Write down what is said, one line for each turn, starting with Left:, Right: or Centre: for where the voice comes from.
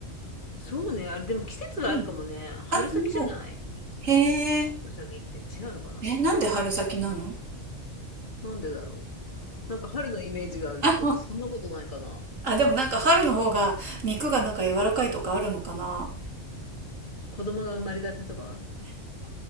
Left: そうね。あれ、でも季節はあるかもね。
Right: うん。
Left: 春先じゃない
Right: あ、もう、へえ、
Left: うさぎって。違うのかな
Right: え、なんで春先なの
Left: なんでだろう。なんか春のイメージがあるけど、
Right: あ、
Left: そんなことないかな。
Right: あ、でもなんか春の方が肉がなんか柔らかいとかあるのかな
Left: 子供が生まれたてとか